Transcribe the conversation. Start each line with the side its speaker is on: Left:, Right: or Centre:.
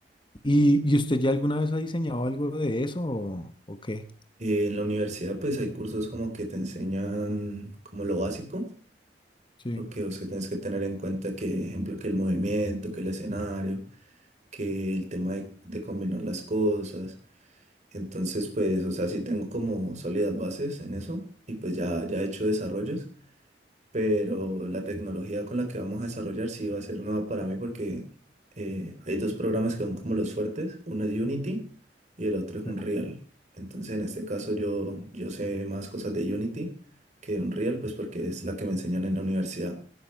Left: ¿Y, y usted ya alguna vez ha diseñado algo de eso o, o qué?
Right: Eh, en la universidad pues hay cursos como que te enseñan como lo básico,
Left: Sí.
Right: lo que, o sea, tienes que tener en cuenta que, ejemplo, que el movimiento, que el escenario, que el tema de, de combinar las cosas. Entonces pues, o sea, sí tengo como sólidas bases en eso y pues ya, ya he hecho desarrollos. pero la tecnología con la que vamos a desarrollar sí va a ser nueva para mí porque eh, hay dos programas que son como los fuertes, uno es Unity y el otro es Unreal.
Left: Sí.
Right: Entonces en este caso yo, yo sé más cosas de Unity que de Unreal, pues porque es la que me enseñan en la universidad.